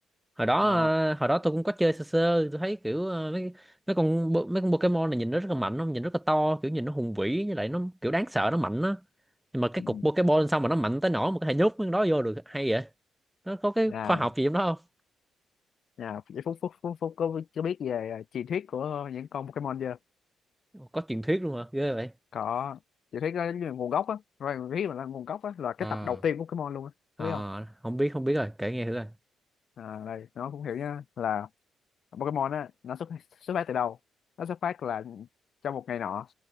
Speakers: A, in the centre; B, on the left.
A: hồi đó
B: Ờ.
A: ờ, hồi đó tôi cũng có chơi sơ sơ tôi thấy kiểu ờ, mấy mấy con bo- mấy con Pokemon này nhìn nó rất là mạnh không nhìn rất là to kiểu nhìn nó hùng vĩ với lại nó kiểu đáng sợ nó mạnh á nhưng mà cái
B: Ừ.
A: cục Pokemon sao mà nó mạnh tới nỗi mà có thể nhốt mấy con đó vô được hay vậy nó có cái
B: à
A: khoa học gì trong đó không
B: à phúc phúc phúc phúc có, có biết về truyền thuyết của những con Pokemon chưa
A: Ồ, có truyền thuyết luôn hả ghê vậy
B: có truyền thuyết đó là nguồn gốc á rồi truyền thuyết mà là nguồn gốc á là
A: à
B: cái tập đầu tiên của Pokemon luôn á
A: à
B: có biết không
A: không biết không biết rồi kể nghe thử rồi
B: à đây nó cũng hiểu nha là Pokemon á nó xuất xuất phát từ đâu nó xuất phát là trong một ngày nọ